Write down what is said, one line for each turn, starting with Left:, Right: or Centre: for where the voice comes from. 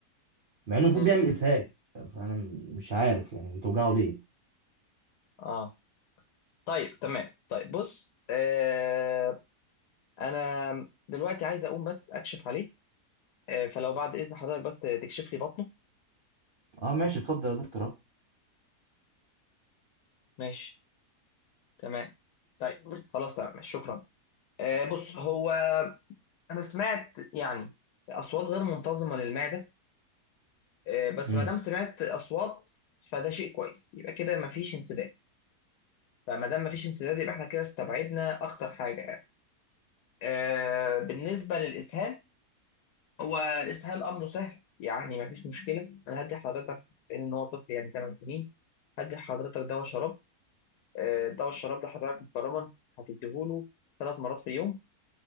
Right: مع انه المفروض
Left: مم.
Right: بيعمل اسهال فانا م- مش عارف يعني بتوجعه ليه
Left: اه طيب تمام طيب بص آه، أنا دلوقتي عايز أقوم بس أكشف عليه آه، فلو بعد إذن حضرتك بس تكشف لي بطنه
Right: اه ماشي اتفضل يا دكتور اهو
Left: ماشي تمام طيب خلاص تمام شكرا آه، بص هو أنا سمعت يعني أصوات غير منتظمة للمعدة آه، بس
Right: امم
Left: ما دام سمعت اصوات فده شيء كويس يبقى كده ما فيش انسداد فما دام ما فيش انسداد يبقى احنا كده استبعدنا اخطر حاجه يعني آه، بالنسبه للاسهال هو الاسهال امره سهل يعني ما فيش مشكله انا هدي حضرتك بان هو طفل يعني 8 سنين هدي لحضرتك دواء شراب آه، دواء الشراب ده حضرتك مكرما هتديهوله ثلاث مرات في اليوم